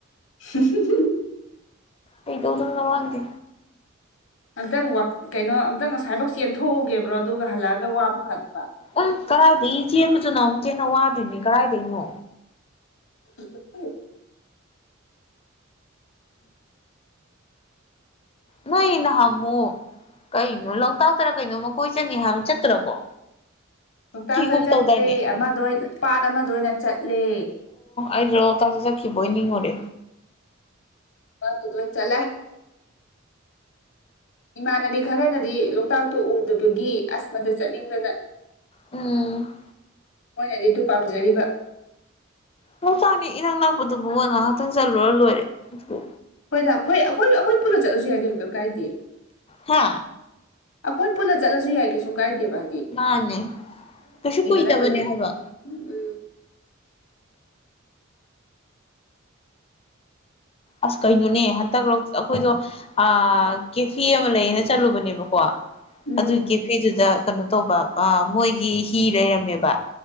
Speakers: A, on the left; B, on the left.
A: <unintelligible>
B: ꯑꯩꯗꯣ ꯈꯪꯉꯕ ꯍꯥꯡꯇꯤ
A: ꯑꯝꯇꯪ ꯋꯥꯛ ꯀꯩꯅꯣ ꯑꯝꯇꯪ ꯉꯁꯥꯏꯕꯥꯎ ꯆꯦꯟꯊꯣꯛꯎ ꯒꯦꯕ꯭ꯔꯣ ꯑꯗꯨꯒ ꯍꯜꯂꯛꯑꯒ ꯋꯥꯕ ꯐꯥꯅꯕ
B: ꯎꯝ ꯀꯔꯥꯏꯗꯒꯤ ꯆꯦꯟꯕꯖꯨ ꯅꯪꯍꯧꯗꯦꯅ ꯋꯥꯗꯣꯏꯅꯤ ꯀꯔꯥꯏꯗꯩꯅꯣ
A: <unintelligible>
B: ꯅꯣꯏ ꯅꯍꯥꯟꯃꯨꯛ ꯀꯩꯅꯣ ꯂꯣꯛꯇꯥꯛꯇꯔ ꯀꯩꯅꯣꯝꯃ ꯀꯣꯏ ꯆꯠꯅꯤ ꯍꯥꯏꯕ ꯆꯠꯇ꯭ꯔꯕꯣ
A: ꯂꯣꯛꯇꯥꯛꯇ
B: ꯈꯤꯒꯨꯝ
A: ꯆꯠꯇ꯭ꯔꯦ
B: ꯇꯧꯗꯥꯏꯅꯦ
A: ꯑꯃꯗ ꯑꯣꯏꯅ ꯄꯥꯠ ꯑꯃꯗ ꯑꯣꯏꯅ ꯆꯠꯂꯦ
B: ꯑꯗꯤꯔꯣ ꯂꯣꯇꯥꯛ ꯆꯠꯈꯤꯕꯣꯏ ꯅꯤꯡꯉꯨꯔꯦ
A: ꯄꯥꯠ ꯇꯨꯗ ꯑꯣꯏꯅ ꯆꯠꯂꯦ ꯏꯃꯥꯟꯅꯕꯤ ꯈꯔꯅꯗꯤ ꯂꯣꯛꯇꯥꯛꯇꯣ ꯎꯗꯕꯒꯤ ꯑꯁ ꯃꯗ ꯆꯠꯅꯤꯡꯗꯅ
B: ꯎꯝ
A: ꯃꯣꯏꯅꯗꯤ ꯑꯗꯨ ꯄꯥꯝꯖꯔꯤꯕ
B: ꯂꯣꯛꯇꯥꯛꯅꯦ ꯏꯅꯛ ꯅꯛꯄꯗꯨꯕꯨ ꯉꯥꯏꯍꯥꯛꯇꯪ ꯆꯠꯂꯨꯔ ꯂꯣꯏꯔꯦ ꯑꯗꯨ
A: ꯍꯣꯏꯗ ꯑꯩꯈꯣꯏ ꯑꯩꯈꯣꯏ ꯑꯩꯈꯣꯏ ꯄꯨꯂ ꯆꯠꯂꯁꯨ ꯌꯥꯏ ꯀꯩꯅꯣ ꯀꯩꯝ ꯀꯥꯏꯗꯦ
B: ꯍꯥ
A: ꯑꯩꯈꯣꯏ ꯄꯨꯂ ꯆꯠꯂꯁꯨ ꯌꯥꯏ ꯀꯩꯁꯨꯝ ꯀꯥꯏꯗꯦꯕ ꯍꯥꯏ
B: ꯃꯥꯟꯅꯦ ꯀꯩꯁꯨ ꯀꯨꯏꯗꯕꯅꯦ
A: ꯅꯠꯇ꯭ꯔꯁꯨ
B: ꯍꯥꯏꯕ
A: ꯎꯝ ꯎꯝ
B: ꯑꯁ ꯀꯩꯅꯣꯅꯦ ꯍꯟꯇꯛ ꯔꯣꯛꯁ ꯑꯩꯈꯣꯏꯗꯣ ꯑ ꯀꯦꯐꯤ ꯑꯃ ꯂꯩꯌꯦꯅ ꯆꯠꯂꯨꯕꯅꯦꯕꯀꯣ
A: ꯎꯝ
B: ꯑꯗꯨꯒꯤ ꯀꯦꯐꯤꯗꯨꯗ ꯀꯩꯅꯣ ꯇꯧꯕ ꯑ ꯃꯣꯏꯒꯤ ꯍꯤ ꯂꯩꯔꯝꯃꯦꯕ